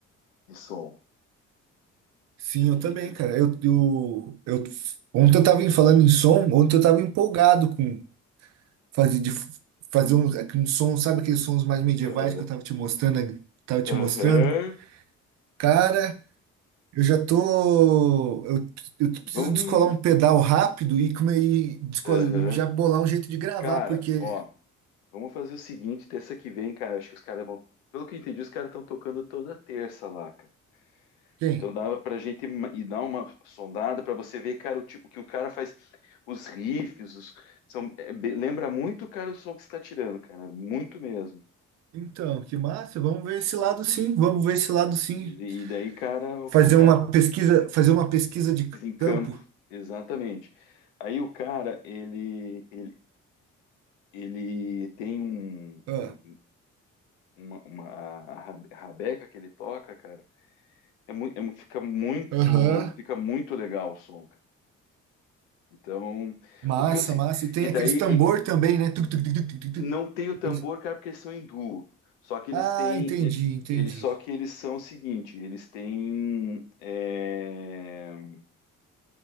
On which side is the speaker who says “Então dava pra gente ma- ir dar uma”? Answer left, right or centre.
Left